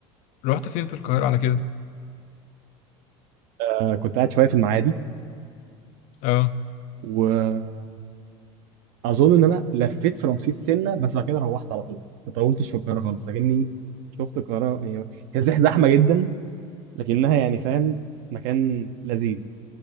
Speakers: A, on the left (about 60°); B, on the right (about 70°).
A: رحت فين في القاهرة على كده؟
B: آه، كنت قاعد شويه في المعادي
A: اه
B: واظن ان انا لفيت في رمسيس سنه بس بعد كده روحت على طول ما طولتش في القاهره خالص لكني شفت القاهره يعني هي زح- زحمه جدا لكنها يعني فاهم مكان لذيذ